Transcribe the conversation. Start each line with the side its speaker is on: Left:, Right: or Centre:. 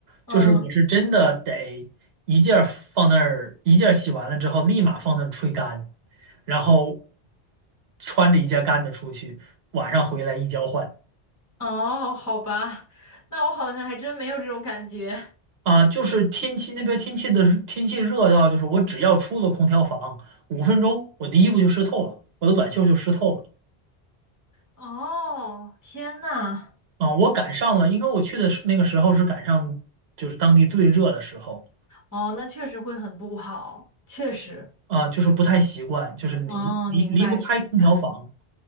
Left: 嗯，
Right: 就是我是真的得一件儿放那儿，一件儿洗完了之后立马放那儿吹干，然后穿着一件干的出去，晚上回来一交换。
Left: 哦，好吧，那我好像还真没有这种感觉。
Right: 啊，就是天气那边天气的天气热到，就是我只要出了空调房五分钟，我的衣服就湿透了，我的短袖就湿透了。
Left: 哦，天呐，
Right: 啊，我赶上了，应该我去的是那个时候是赶上就是当地最热的时候。
Left: 哦，那确实会很不好，确实，
Right: 啊，就是不太习惯，就是离离离不开空调房。
Left: 哦，明白明白